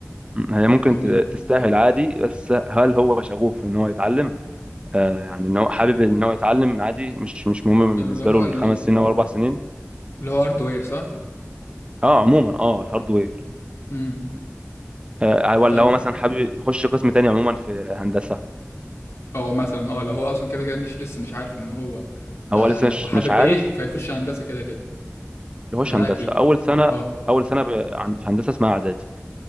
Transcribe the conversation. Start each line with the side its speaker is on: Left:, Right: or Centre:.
Right: هي ممكن
Left: فاهمني
Right: ت- تستاهل عادي بس هل هو شغوف ان هو يتعلم آه يعني ان هو حابب ان هو يتعلم عادي مش مش مهم بالنسبه
Left: اللي هو
Right: له الخمس
Left: اللي
Right: سنين او اربع سنين
Left: هو هاردوير صح؟
Right: اه عموما اه الهاردوير
Left: امم
Right: آه ولا
Left: طب
Right: هو مثلا حابب يخش قسم تاني عموما في هندسه
Left: اه مثلا اه لو هو اصلا كده كده مش لسه مش عارف ان هو
Right: هو
Left: آه
Right: لسه مش
Left: هو حابب
Right: مش عارف
Left: ايه فيخش هندسة كده كده
Right: يخش
Left: ده ده
Right: هندسه
Left: اكيد
Right: اول سنه
Left: اه
Right: اول سنه ب... عن- في هندسه اسمها اعدادي